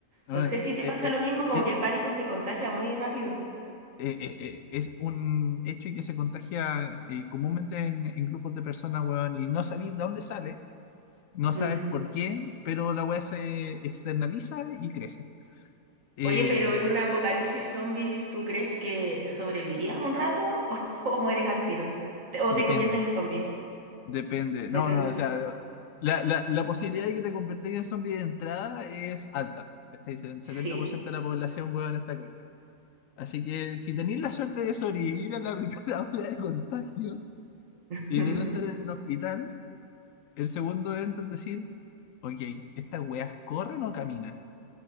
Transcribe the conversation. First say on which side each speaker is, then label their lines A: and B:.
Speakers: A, on the left; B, on the right.
A: A
B: No
A: ver,
B: sé si te
A: eh,
B: pasa
A: eh,
B: lo mismo, como
A: eh,
B: que el pánico se contagia muy rápido.
A: eh, eh, eh, es un hecho que se contagia eh, comúnmente en, en grupos de personas, weón, y no sabéis de dónde sale, no sabes
B: Mm.
A: por qué, pero la weá se externaliza y crece. Eh,
B: Oye, pero en un apocalipsis zombie, ¿tú crees que sobrevivirías un rato <laughs> o, mueres al tiro? Te- ¿O
A: depende.
B: te conviertes en zombie?
A: Depende. No,
B: Depende.
A: no, o sea, la, la, la posibilidad de que te convertáis en zombie de entrada es alta. ¿cachai? El setenta
B: Sí.
A: por ciento de la población, huevón, está caca. Así que si tenéis la suerte de sobrevivir a la primera <laughs> ola de contagio
B: <laughs>
A: y de no estar en un hospital, el segundo evento es decir, ok, estas weas corren o caminan.